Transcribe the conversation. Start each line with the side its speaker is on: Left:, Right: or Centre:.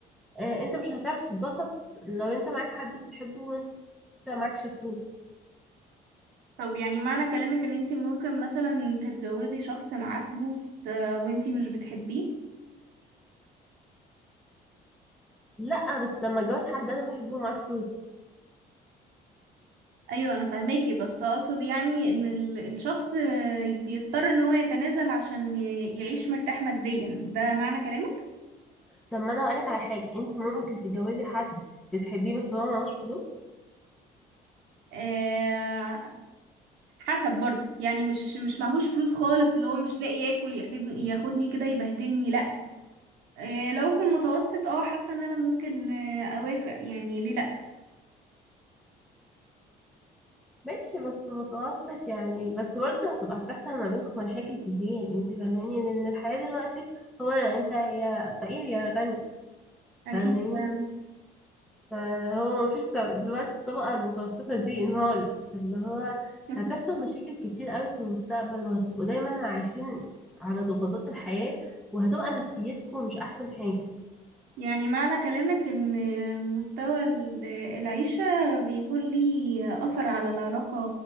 Centre: آه، انت مش هتعرف تتبسط لو انت معاك حد بتحبه وانت معكش فلوس
Right: طب يعني معنى كلامك ان انتي ممكن مثلا تتجوزي شخص معاه فلوس آه، وانتي مش بتحبيه
Centre: لا بس لما اتجوز حد انا بحبه معاه فلوس
Right: ايوه انا فاهماكي بس اقصد يعني ان ال- الشخص آه، بيضطر ان هو يتنازل عشان ي- يعيش مرتاح ماديا ده معنى كلامك
Centre: طب ما انا هقولك على حاجه انت ممكن تتجوزي حد بتحبيه بس هو معهوش فلوس
Right: آه، حسب برضو يعني مش مش معهوش فلوس خالص اللي هو مش لاقي ياكل ياخدني ياخدني كده يبهدلني لا آه، لو في المتوسط اه حاسه ان انا ممكن آه، اوافق يعني ليه لا
Centre: ماشي بس متوسط يعني بس برضه هتبقى هتحصل ما بينكم مشاكل كتير انت فاهماني لان الحياه دلوقتي هو انت يا فقير يا غني
Right: اكيد
Centre: فاهماني
Right: فعلا
Centre: فهو مفيش دو- دلوقتي الطبقة المتوسطة دي انهارت فاللي هو
Right: <laughs>
Centre: هتحصل مشاكل كتير قوي في المستقبل وهتبقوا دايما عايشين على ضغوطات الحياة وهتبقى نفسيتكم مش أحسن حاجة
Right: يعني معنى كلامك ان مستوى ال- العيشه بيكون ليه اثر على العلاقه